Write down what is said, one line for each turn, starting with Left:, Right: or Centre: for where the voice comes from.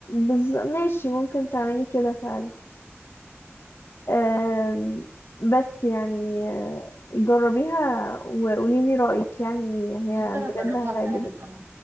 Left: بز... ماشي ممكن تعملي كده فعلا آم، بس يعني آه، جربيها وقولي لي رأيك يعني هي
Right: ممكن
Left: بجد
Right: اجربها
Left: هتعجبك
Right: فعلا آه.